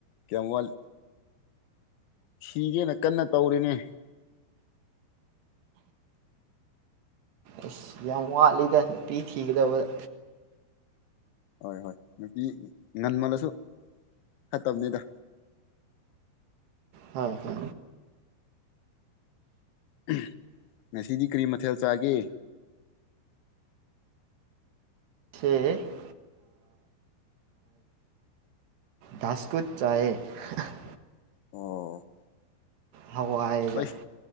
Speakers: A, on the left; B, on the right.
A: ꯀꯌꯥꯝ ꯋꯥꯜ ꯊꯤꯒꯦꯅ ꯀꯟꯅ ꯇꯧꯔꯤꯅꯦ
B: ꯑꯁ ꯌꯥꯝ ꯋꯥꯠꯂꯤꯗ ꯅꯨꯄꯤ ꯊꯤꯒꯗꯕꯗ
A: ꯍꯣꯏ ꯍꯣꯏ ꯅꯨꯄꯤ ꯉꯟꯃꯜꯂꯁꯨ ꯐꯠꯇꯕꯅꯤꯗ
B: ꯍꯥ ꯍ
A: <unintelligible> ꯉꯁꯤꯗꯤ ꯀꯔꯤ ꯃꯊꯦꯜ ꯆꯥꯒꯦ
B: <unintelligible> ꯗꯥꯥꯁꯀꯨꯠ ꯆꯥꯌꯦ <unintelligible>
A: ꯑꯣ
B: ꯍꯋꯥꯏꯒ
A: ꯍꯣꯏ